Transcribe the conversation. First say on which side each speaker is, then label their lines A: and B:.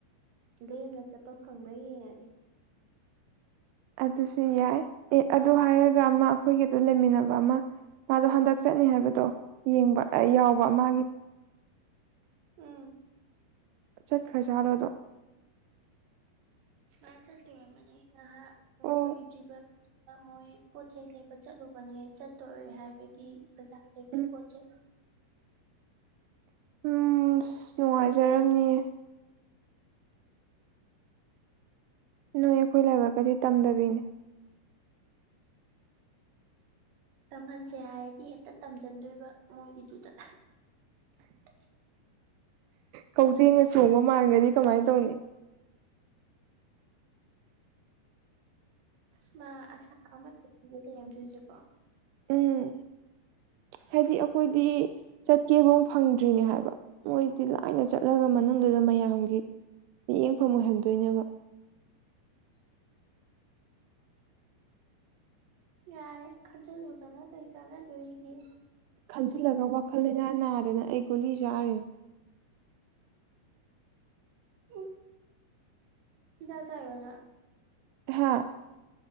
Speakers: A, on the right; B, on the right.
A: ꯒꯦꯝꯅ ꯆꯠꯄ ꯐꯪꯕ꯭ꯔꯥ ꯌꯦꯡꯉꯒꯦ
B: ꯑꯗꯨꯁꯨ ꯌꯥꯏ ꯑꯦ ꯑꯗꯨ ꯍꯥꯏꯔꯒ ꯑꯃ ꯑꯩꯈꯣꯏꯒꯤꯗꯣ ꯂꯩꯃꯤꯟꯅꯕ ꯑꯃ ꯃꯥꯗꯣ ꯍꯟꯗꯛ ꯆꯠꯅꯤ ꯍꯥꯏꯕꯗꯣ ꯌꯦꯡꯕ ꯌꯥꯎꯕ ꯃꯥꯒꯤ
A: ꯎꯝ
B: ꯆꯠꯈ꯭ꯔꯖꯥꯠꯂꯣ ꯑꯗꯣ
A: ꯃꯥ ꯆ ꯇ ꯃꯅꯤ ꯉꯍꯥꯛ ꯀꯨꯕ
B: ꯑꯣ
A: ꯃꯣꯏ ꯄꯣꯠ ꯆꯩꯩ ꯂꯩꯕ ꯆꯠꯂꯨꯕꯅꯦ ꯆꯠꯇꯣꯔꯦ ꯍꯥꯏꯕꯒꯤ ꯕꯖꯥꯔꯗꯒꯤ
B: ꯎꯝ
A: ꯄꯣꯠ ꯆꯩꯩ ꯎ
B: ꯎꯝ ꯑꯁ ꯅꯨꯡꯉꯥꯏꯖꯔꯝꯅꯤ ꯅꯣꯏ ꯑꯩꯈꯣꯏ ꯂꯥꯏꯕꯛꯀꯗꯤ ꯇꯝꯗꯕꯤꯅꯦ
A: ꯇꯝꯍꯟꯁꯦ ꯍꯥꯏꯔꯗꯤ ꯍꯦꯛꯇ ꯇꯝꯁꯤꯟꯗꯣꯏꯕ ꯃꯣꯏꯒꯤꯗꯨꯗ <unintelligible>
B: ꯀꯧꯖꯦꯡꯅ ꯆꯣꯡꯕ ꯃꯥꯟꯒꯗꯤ ꯀꯃꯥꯏꯅ ꯇꯧꯅꯤ
A: ꯑꯃꯥ ꯑꯁꯥ ꯑꯃꯦꯝꯗꯣꯏꯁꯀꯣ
B: ꯎꯝ ꯍꯥꯏꯗꯤ ꯑꯩꯈꯣꯏꯗꯤ ꯆꯠꯀꯦꯐꯥꯎ ꯐꯪꯗ꯭ꯔꯤꯅꯦ ꯍꯥꯏꯕ ꯃꯣꯏꯗꯤ ꯂꯥꯏꯅ ꯆꯠꯂꯒ ꯃꯅꯨꯡꯗꯨꯗ ꯃꯌꯥꯝꯒꯤ ꯃꯤꯠꯌꯦꯡꯐꯝ ꯑꯣꯏꯍꯟꯗꯣꯏꯕ
A: <unintelligible> ꯌꯥꯔꯦ ꯈꯟꯖꯤꯜꯂꯨꯗꯅ ꯀꯩ ꯀꯥꯟꯅꯗꯣꯔꯤꯒꯤ
B: ꯈꯟꯖꯤꯜꯂꯒ ꯋꯥꯈꯜ ꯂꯩꯅꯥ ꯅꯥꯗꯅ ꯑꯩ ꯒꯨꯂꯤ ꯆꯥꯔꯦ
A: ꯎ ꯀꯗ ꯆꯥꯏꯕꯅ
B: ꯍꯥꯥ